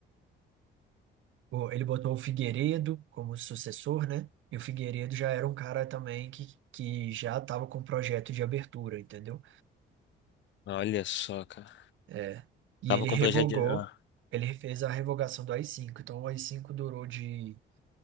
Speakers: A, on the right (about 75°); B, on the left (about 65°).
A: Pô, Ele botou o Figueiredo como sucessor, né? E o Figueiredo já era um cara também que, que já estava com projeto de abertura, entendeu?
B: Olha só, cara.
A: É. E
B: Tava
A: ele
B: com
A: revogou,
B: o projeto de... Ah,
A: ele fez a revogação do A i 5 Então o A i 5 durou de.